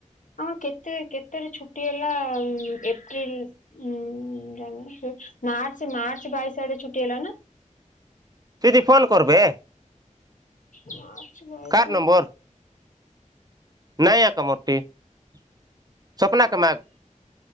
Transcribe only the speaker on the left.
ଆଉ କେତେ କେତେ ରେ ଛୁଟି ହେଲା ଏପ୍ରିଲ ଉଁ ଯାନିନି। ମାର୍ଚ୍ଚ ମାର୍ଚ୍ଚ ବାଇଶ ଆଡ଼େ ଛୁଟି ହେଲା ନା?
ମାର୍ଚ୍ଚ ବାଇଶି।